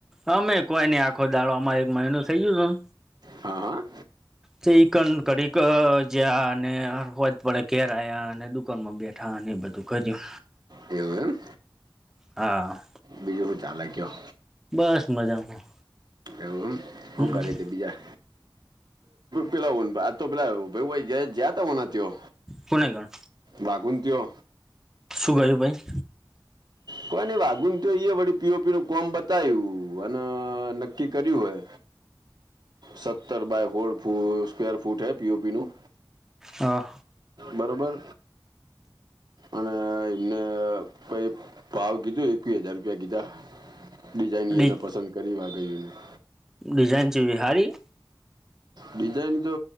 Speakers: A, in the centre; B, on the right.
A: અમે કોઈ નઈ, આખો દાળમાં એક મહિનું થઇ ગયું હતું.
B: હા, હા.
A: સન કડીક જયા અને અરવાજ પડે, ઘેર આવ્યા અને સ્કનમાં બેઠા અને એ બધું કર્યું.
B: એવું એમ.
A: હા.
B: બીજું શું ચાલે કયો?
A: બસ મજામાં.
B: એવું શું
A: હમ
B: કરે તે બીજા? પેલા આ તો પેલા ભ જયાતા હો. તયો
A: કોને ગણ
B: ભાગન તેઓ
A: શું ગયું પણ
B: કોઈ નહી વાગુન તો એઈ પીળું-પીળુ કોમ બતાયું અને નક્કી કર્યું હોય. સત્તર બાય ફોળ સ્ર <unintelligible> ફૂટ એ પી ઓપીનું.
A: હા
B: બરોબર, અને એમને પ વ કીધું એકવી હજાર રૂપિયા કીધા, ડિઝાનને
A: ડી
B: પસંદ કરી વા ગુંને <unintelligible>
A: ડિઝાઇન છે, વિહારી.
B: ડિઝાઇન તો